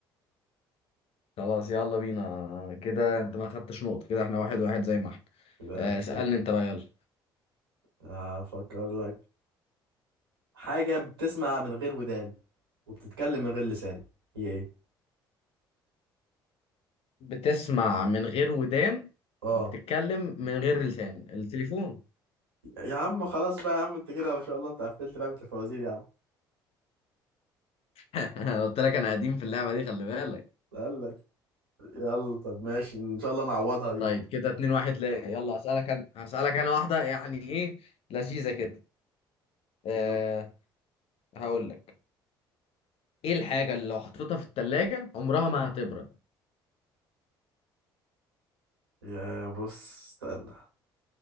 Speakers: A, on the left; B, on the right.
A: خلاص يلا بينا كده انت ما خدتش نقط كده احنا واحد واحد زي ما احنا
B: لا
A: آه،
B: استنى
A: اسألني انت بقى يلا
B: أفكر لك حاجة بتسمع من غير ودان وبتتكلم من غير لسان هي إيه؟
A: بتسمع من غير ودان
B: آه
A: وبتتكلم من غير لسان التليفون
B: يا عم خلاص بقى يا عم أنت كده ما شاء الله أنت قفلت لعبة الفوازير يا عم
A: <laughs> قلت لك انا قديم في اللعبة دي خلي بالك
B: قال لك يلا طب ماشي ان شاء الله نعوضها دي
A: طيب كده اتنين واحد ليه يلا اسألك انا هسألك انا واحدة يعني ايه لذيذة كده أه
B: يلا
A: هقول لك ايه الحاجة اللي لو حطيتها في التلاجة عمرها ما هتبرد
B: يا بص استنى